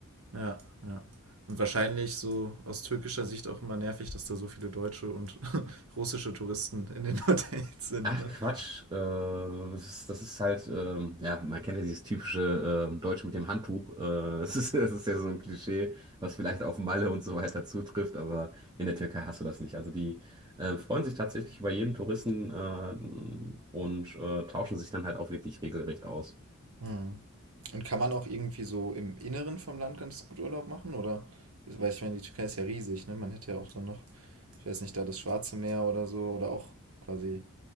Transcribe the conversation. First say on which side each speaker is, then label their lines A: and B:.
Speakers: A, on the right; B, on the right.
A: ja, ja. Und wahrscheinlich so aus türkischer Sicht auch immer nervig, dass da so viele deutsche und <laughs> russische Touristen in den <laughs> Hotels sind,
B: Ach
A: ne?
B: Quatsch, äh, das ist, das ist halt, ähm, ja, man kennt ja dieses typische äh, Deutsche mit dem Handtuch. Äh, <laughs> das ist, das ist ja so ein Klischee, was vielleicht auf Malle und so weiter zutrifft, aber in der Türkei hast du das nicht. Also die äh, freuen sich tatsächlich über jeden Touristen äh, und äh, tauschen sich dann halt auch wirklich regelrecht aus.
A: Mhm. Und kann man auch irgendwie so im Inneren vom Land ganz gut Urlaub machen, oder? Weil ich meine, die Türkei ist ja riesig, ne? Man hätte ja auch dann noch, ich weiß nicht, da das Schwarze Meer oder so, oder auch quasi